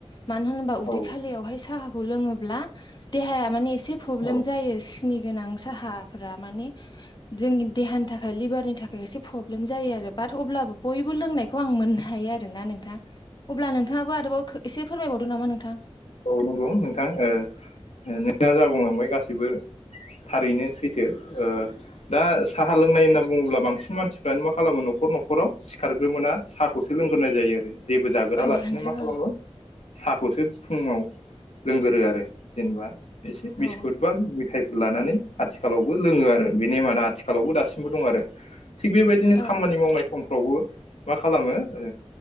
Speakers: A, on the left (about 45°); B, on the left (about 80°).
A: मानो होनोबा उदै
B: औ
A: खालियावहाय साहाखौ लोङोब्ला देहाया माने एसे प्रब्लेम
B: औ
A: जायो। सेनि गोनां साहाफोरा माने जोंनि देहानि थाखाय लिभारनि थाखाय एसे प्र ब्लेम जायो आरो बाट अब्लाबो बयबो लोंनायखौ आं मोननो हायो आरोना नोंथां। अब्ला नोंथाङाबो आरोबाव एसे फोरमायबावदो नामा नोंथां।
B: औ नंगौ नोंथां ओ ओ नोंथाङा जा बुंलांबाय गासैबो थारैनो सैथो ओ दा साहा लोंनाय होनना बुङोब्ला बांसिन मानसिफ्रानो मा खालामो न'खर न'खराव सिखारग्रोमोना साहाखौ लोंग्रोनाय जायो जेबो जागोरालासिनो
A: औ नोंथां
B: मा खालामो
A: औ
B: साखौसो फुङाव लोंगोरो आरो जेनेबा एसे बिस्कुट
A: औ
B: बा मेथाय लानानै आथिखालावबो लोङो आरो बे नेमानो आथिखालावबो दासिमबो दङ आरो थिग बेबायदिनो
A: औ
B: खामानि मावनाय समफ्रावबो मा खालामो ओ